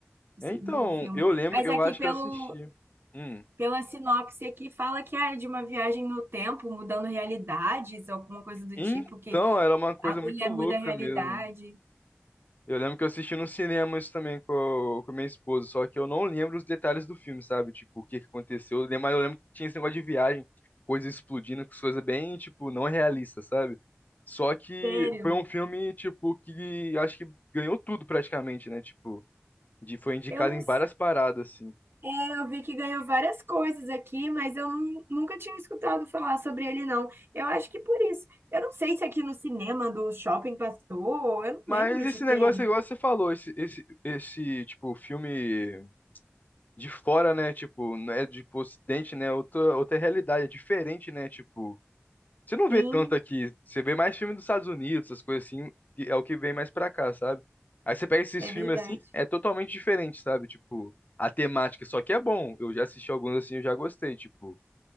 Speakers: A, on the right (about 55°); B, on the left (about 40°).
A: se-
B: É, Então,
A: do filme.
B: eu lembro,
A: Mas
B: eu
A: aqui
B: acho
A: pelo
B: que eu assisti. Hum.
A: pela sinopse aqui fala que é de uma viagem no tempo, mudando realidades, alguma coisa do
B: Então,
A: tipo que
B: era uma coisa
A: A mulher
B: muito louca
A: muda a realidade.
B: mesmo. Eu lembro que eu assisti no cinema isso também com, com minha esposa, só que eu não lembro os detalhes do filme, sabe? Tipo, o que que aconteceu. Mas eu lembro que tinha esse negócio de viagem, coisa explodindo, coisa bem, tipo, não realista, sabe? Só que
A: Sério.
B: foi um filme, tipo, que acho que ganhou tudo praticamente, né? Tipo, De, foi indicado
A: Eu não
B: em
A: s-
B: várias paradas, assim.
A: é, eu vi que ganhou várias coisas aqui, mas eu nu- nunca tinha escutado falar sobre ele, não. Eu acho que por isso. Eu não sei se aqui no cinema do shopping passou, eu não
B: Mas
A: lembro de
B: esse
A: ter.
B: negócio, igual você falou, esse, esse, esse, tipo, filme de fora, né? Tipo, não é de pro ocidente, né? é Outra, outra realidade, é diferente, né? Tipo, você não
A: Sim,
B: vê tanto aqui. Você vê mais filme dos Estados Unidos, essas coisas assim, que é o que vem mais pra cá, sabe? Aí você pega esses
A: é
B: filmes
A: verdade.
B: assim, é totalmente diferente, sabe? Tipo, a temática, só que é bom. Eu já assisti alguns assim, eu já gostei, tipo.